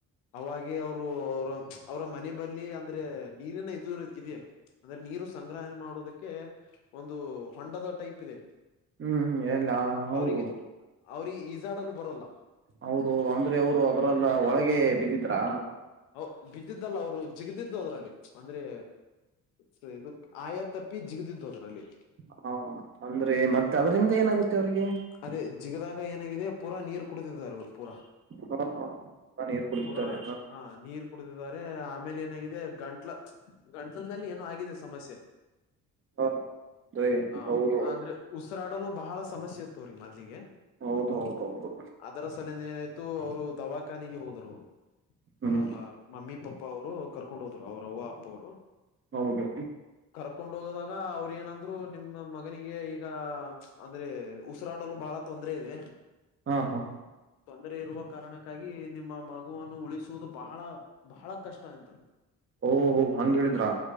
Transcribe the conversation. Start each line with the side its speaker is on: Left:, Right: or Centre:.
Left: ಅವಾಗ ಅವರು ಅವ್ರ ಅವ್ರ ಮನೆ ಬಳ ಅಂದ್ರೆ ನೀರನ ಇದ ಇದದೆ. ಅಂದ್ರೆ ನೀರು ಸಂಗ್ರಹಣೆ ಮಾಡೋದಕ್ಕೆ. ಒಂದು ಹೊಂಡದ ಟೈಪ್ ಇದೆ
Right: ಹ್ಮ್ ಹ್ಮ್ ಏನಿಲ್ಲ ಹೌದು
Left: ಅವರಿಗೆ. ಅವ್ರಿ ಈಜಾಡ್ಲ್ಲಿ ಬರಲ್ಲ.
Right: ಹೌದೌದು ಅಂದ್ರೆ ಅವರು ಅದ್ರಲ್ಲ ಒಳಗೆ ಬಿದ್ದಿದ್ರಾ.
Left: ಹ ಬಿದ್ದಿದ್ದಲ್ಲ ಅವ್ರು ಜಿಗದಿದ್ದು ಅದ್ರಲ್ಲಿ ಅಂದ್ರೆ. ಸರಿ ಇದು ಆಯಾ ತಪ್ಪಿ ಜಿಗ್ದಿದ್ದು ಅದರಲ್ಲಿ.
Right: ಹ ಅಂದ್ರೆ ಮತ್ತೆ ಅದರಿಂದ ಏನಾಗುತ್ತೆ. ಮವ್ರಿಗೆ <unintelligible>
Left: ಅದೇ ಜಿಗದಾಗ ಏನಾಗಿದೆ ಪೂರಾ ನೀರ್ ಕುಡತಿದಿದ್ದಾರೆ ಅವ್ರು ಪೂರಾ.
Right: ಹ ಹ ನೀರು ಕುಡಿತಾರೆ
Left: ಪುರಾ ಹ ನೀರ್. ಕುಡಿದಿದ್ದಾರೆ ಆಮೇಲೆ ಏನಾಗಿದೆ ಗಂಟ್ಲ ಗಂಟ್ಲದಲ್ಲಿ ಏನೋ ಆಗಿದೆ ಸಮಸ್ಯೆ.
Right: ಹ ಅದೇ
Left: ಹ
Right: ಹೌದು
Left: ಅಂದ್ರೆ ಉಸಿರಾಡಲು ಬಹಳ ಸಮಸ್ಯೆ. ತೋರಿ ಮೊದ್ಲಿಗೆ.
Right: ಹೌ ಹೌದೌದು.
Left: ಅದರ ಸಲನ ಏನಾಯ್ತು ಅವರು ದವಾಖಾನೆಗೆ ಹೋದರುರು.
Right: ಹ್ಮ್
Left: ಅವ್ರಮ್ಮ ಮಮ್ಮಿ ಪಪ್ಪ ಅವರು ಕರ್ಕೊಂಡ್ ಹೋದ್ರು ಅವ್ರ ಅವವ ಅಪ್ಪ ಅವರು.
Right: ಹೌದು
Left: ಕರ್ಕೊಂಡ್ ಹೋಗದಾಗ ಅವ್ರ ಏನಂದ್ರು ನಿಮ್ಮ ಮಗನಿಗೆ ಈಗ ಅಂದ್ರೆ ಉಸಿರಾಡಲು ಬಹಳ ತೊಂದ್ರ ಇದೆ
Right: ಹಾ ಹಾ
Left: ತೊಂದರೆ ಇರುವ ಕಾರಣಕ್ಕಾಗಿ ನಿಮ್ಮ ಮಗುವನ್ನು ಉಳಿಸುವುದು ಬಹಳ ಬಹಳ ಕಷ್ಟ ಎಂತರು
Right: ಓಹಹೋ ಹಂಗಗೆ ಹೇಳಿದ್ರ